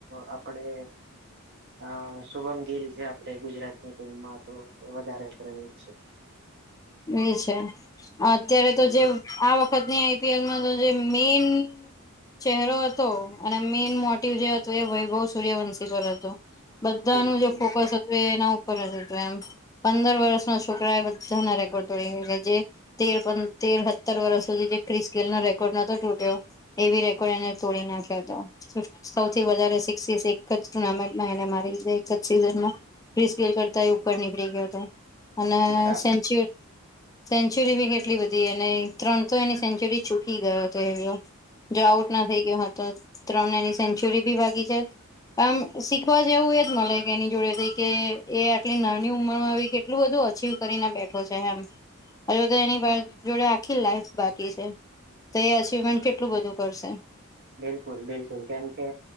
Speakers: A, on the right; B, on the left.
A: આપડે અ શુભમ ગીલ છે આપણે ગુજરાતની ટીમમાં તો વધારે કર એજ છે.
B: એ છે અત્યારે
A: જી
B: તો જે આ વખતની આઈ પી એલમાં તો જે મેન ચેહરો હતો અને મેન મોટિવ જે હતો એ વૈભવ સૂર્યવંશી પર હતો. બધાનું
A: બિલકુલ
B: જે ફોકસ હતું એના ઉપર જ હતું એમ. પંદર વર્ષના છોકરા એ બધાના રે <unintelligible> જે તેર પ તેર હતર વરશ સુધી જે ક્રિસ ગેલ નો રેકોર્ડ નતો તૂટ્યો એવી રેકોર્ડ એને તોડી નાખ્યો તો. સૌથી વધારે સિક્સીસ એક જ ટુર્નામેન્ટમાં એને મારી છે એક જ સીઝનમાં. ક્રિસ ગેલ કરતા એ ઉપર નીકળી ગ્યો તો એ અને
A: બરાબર
B: સેન્ચુ સેન્ચુરી બી કેટલી બી અને ત્રણ તો એની સેન્ચુરી ચૂકી ગયો તો એ. જો આઉટ ના થઈ ગ્યો હોત તો ત્રણે એની સેન્ચુરી ભી ભાગી જાત. આમ શીખવા જેવું એજ મલે કે એની જોડે થી કે એ આટલી નાની ઉંમર માબી કે એટલું બધું અચિવ કરીને બેઠો છે એમ. અજુ તો એની <unintelligible> જોડે આખી લાઈફ બાકી છે. તો એ અચિવમેન્ટ કેટલું બધું કરશે?
A: બિલકુલ બિલકુલ, કેમ કે